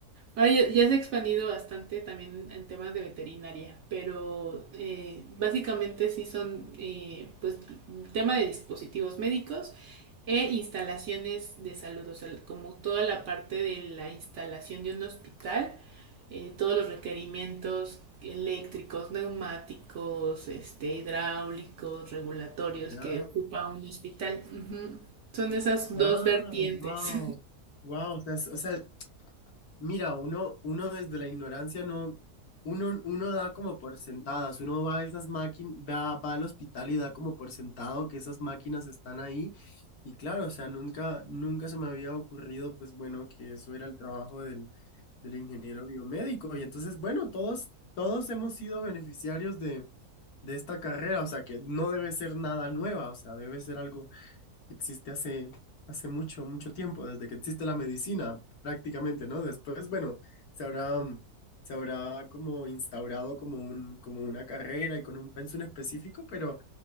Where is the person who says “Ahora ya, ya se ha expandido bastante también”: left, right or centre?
Right